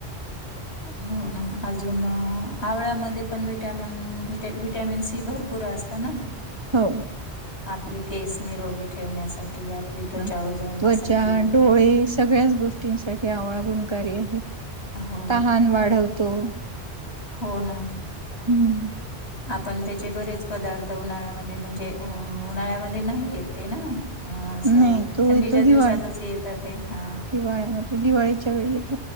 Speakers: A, on the left (about 70°); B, on the right (about 25°).
A: हो ना अजून आवळ्यामध्ये पण विटमन विटॅमिन सी भरपूर पुरा असता ना
B: हो
A: आपले केस निरोगी ठेवण्यासाठी त्वचा
B: ह
A: उजळण्यासाठी
B: त्वचा डोळेस सगळ्याच गोष्टींसाठी आवळा गुणकारी आहे
A: हो
B: तहान वाढवतो
A: हो ना
B: हम्म
A: आपण त्याचे बरेच पदार्थ उन्हाळ्यामध्ये म्हणजे उन्हाळ्यामध्ये नाहीयेत ते ना हो अस
B: नाही तो
A: थंडीच्या
B: येतो हिवाळ
A: दिवसातच येत ते हा
B: हिवाळ्यामध्ये दिवाळीच्या वेळी येत